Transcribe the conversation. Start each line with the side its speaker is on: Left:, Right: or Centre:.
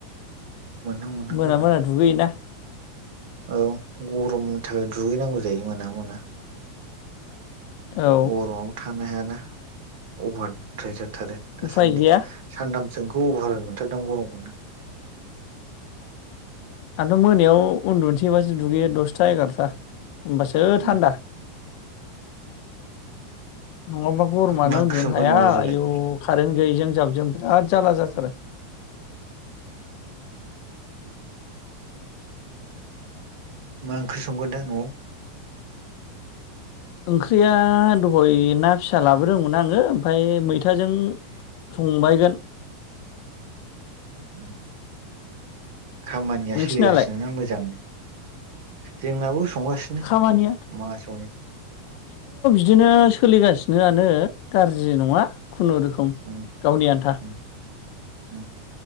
Right: मोनहां मोनहां
Left: मोना
Right: जादों
Left: मोना दुगैयोना।
Right: औ गरमनि थाखाय दुगैनांगौ जायो मोना मोना।
Left: औ
Right: गरमाबो थानो हाया‌ना ना अभारद्राय जाद थारो दासान्दि
Left: उफाय गैया
Right: सानथामसो अभार मोनथारदां गरमखौनो।
Left: आंथ' मोनायाव उन्दुनसैबासो दुगैयो दसथा एगार'था। होमबासो
Right: औ
Left: थान्दा नङाबा गरमानो
Right: मा ओंख्रि
Left: उन्दुनो
Right: संखो
Left: हाया
Right: न'आवलाय दालाय
Left: आयौ कारेन्ट गैयिजों जाब जों बिराद जाल्ला जाथारो।
Right: मा ओंख्रि संगोन दा न'आव?
Left: ओंख्रिया दहय ना फिसा लाबोदोंमोन आङो ओमफाय मैथाजों संबायगोन।
Right: उम खामानिया
Left: नोंसिनालाय
Right: सोलिगासिनो ना मोजां जोंनाबो संगासिनो
Left: खामानिया
Right: मा संनो
Left: दिनो सोलिगासिनोआनो गारजि नङा। खुनुरुखुम
Right: उम
Left: गावनि आन्था
Right: उम उम